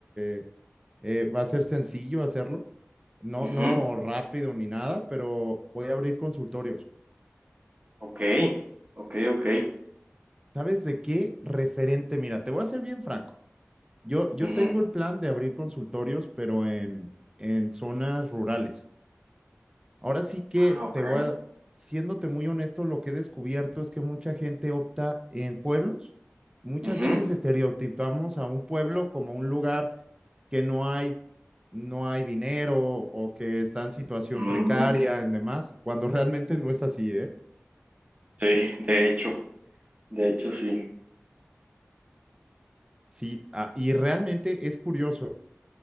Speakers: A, on the right; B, on the right.
A: eh, eh, va a ser sencillo hacerlo, no,
B: Ujú.
A: no rápido ni nada, pero voy a abrir consultorios.
B: Ok, ok, ok.
A: ¿Sabes de qué referente? Mira, te voy a ser bien franco. Yo, yo
B: Ujú.
A: tengo el plan de abrir consultorios, pero en, en zonas rurales. Ahora sí que
B: Ah, ok.
A: te voy a, siéndote muy honesto, lo que he descubierto es que mucha gente opta en pueblos. Muchas
B: Ujú.
A: veces estereotipamos a un pueblo como un lugar que no hay, no hay dinero o que está en situación precaria
B: Ujú.
A: en demás, cuando <laughs> realmente no es así, ¿eh?
B: Sí, de hecho, de hecho sí.
A: Sí, ah, y realmente es curioso.